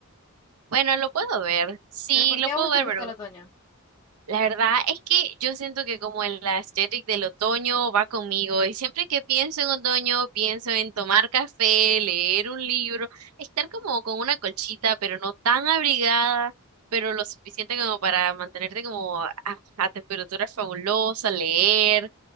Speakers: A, on the right; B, on the left.
A: Bueno, lo puedo ver, sí,
B: ¿Pero por
A: lo
B: qué a
A: puedo
B: vos te
A: ver,
B: gusta
A: pero
B: el otoño?
A: la verdad es que yo siento que como el aesthetic del otoño va conmigo y siempre que pienso en otoño pienso en tomar café, leer un libro, estar como con una colchita, pero no tan abrigada, pero lo suficiente como para mantenerte como a, a temperatura fabulosa, leer.